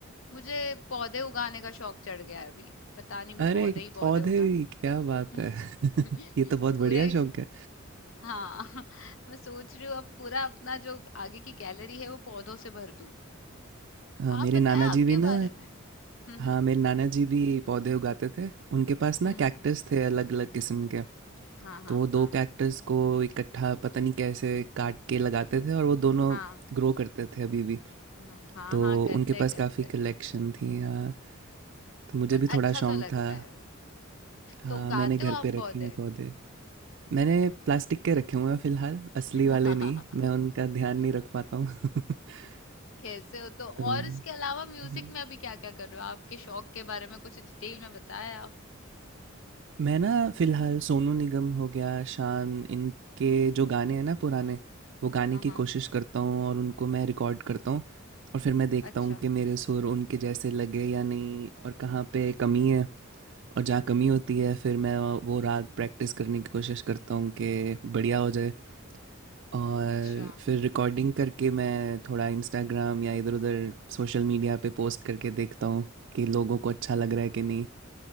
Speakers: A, on the left; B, on the right.
A: मुझे पौधे उगाने का शौक चढ़ गया है अभी पता नहीं मैं
B: अरे
A: पौधे ही पौधे
B: पौधे
A: उगा
B: भी क्या बात
A: <laughs>
B: है <laughs> ये तो बहुत
A: पूरे
B: बढ़िया शौक है
A: हाँ <laughs> मैं सोच रही हूँ अब पूरा अपना जो आगे की गैलरी है वो पौधों से भर दूँ
B: हाँ मेरे
A: आप बताएं
B: नाना
A: आपके
B: जी भी ना
A: बारे में हम्म
B: हाँ
A: हम्म
B: मेरे नाना जी भी पौधे उगाते थे उनके पास ना
A: हम्म,
B: कैक्टस थे अलग अलग किस्म के
A: हाँ हाँ
B: तो वो दो
A: हाँ
B: कैक्टस को इकट्ठा पता नहीं कैसे काट के लगाते थे और वो दोनों
A: हाँ
B: ग्रो करते थे अभी भी
A: हाँ हाँ
B: तो
A: हाँ करते
B: उनके पास
A: करते
B: काफ़ी कलेक्शन थी हाँ तो मुझे
A: बट
B: भी थोड़ा
A: अच्छा
B: शौक
A: तो लगता
B: था
A: है
B: हाँ
A: तो उगाते
B: मैंने घर
A: हो आप
B: पे रखे
A: पौधे
B: हैं पौधे मैंने प्लास्टिक के रखे हुए हैं फिलहाल असली
A: <laughs>
B: वाले नहीं मैं उनका ध्यान नहीं रख पाता हूँ <laughs>
A: कैसे हो तो
B: तो,
A: और इसके अलावा म्यूजिक
B: हाँ।
A: में अभी क्या क्या कर रहे हो आपके शौक के बारे में कुछ डिटेल में बताएं आप
B: मैं ना फ़िलहाल सोनू निगम हो गया, शान, इनके जो गाने हैं ना पुराने, वो गाने
A: हाँ
B: की
A: हाँ
B: कोशिश करता हूँ और उनको मैं रिकॉर्ड करता हूँ और फिर मैं देखता
A: अच्छा
B: हूँ कि मेरे सुर उनके जैसे लगे या नहीं और कहाँ पे कमी है और जहाँ कमी होती है फिर मैं वो राग प्रैक्टिस करने की कोशिश करता हूँ कि बढ़िया हो जाए और
A: अच्छा
B: फिर रिकॉर्डिंग करके मैं थोड़ा इंस्टाग्राम या इधर-उधर सोशल मीडिया पे पोस्ट करके देखता हूँ कि लोगों को अच्छा लग रहा है कि नहीं